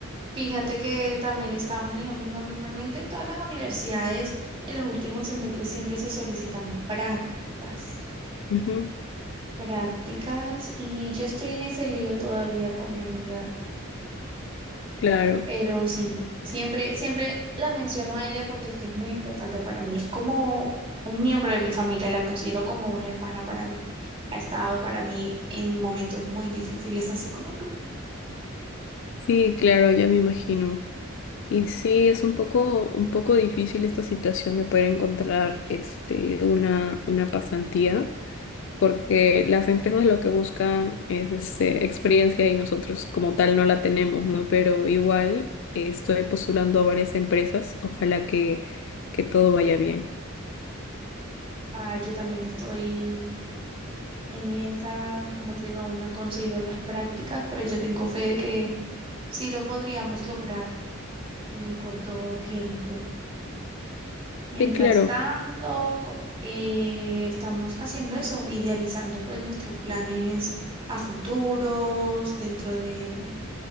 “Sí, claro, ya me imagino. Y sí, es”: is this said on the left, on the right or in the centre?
Left